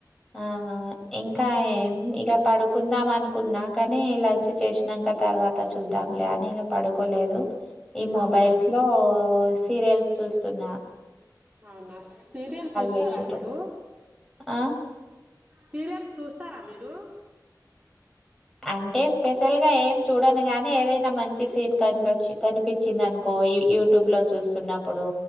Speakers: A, in the centre; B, on the right.
A: ఆహా ఇంకా ఏం ఇక పడుకుందాం అను అనుకున్నా కానీ లంచ్ చేసినాక తర్వాత చూద్దాం లే అని ఇక పడుకోలేదు ఈ మొబైల్స్
B: అవునా
A: లో సీరియల్స్ చూస్త అత్తన్నా
B: అవునా సీరియల్ చూస్తారా
A: చేసిండ్రు.
B: మీరు
A: ఆ!
B: సీరియల్స్ చూస్తారా మీ రు
A: అంటే స్పెషల్ గా ఏం చూడను గాని ఏదైనా మంచి సీన్ కనిపచ్చి కనిపించింది. అనుకో యూట్యూబ్ లో చూస్తున్నప్పుడు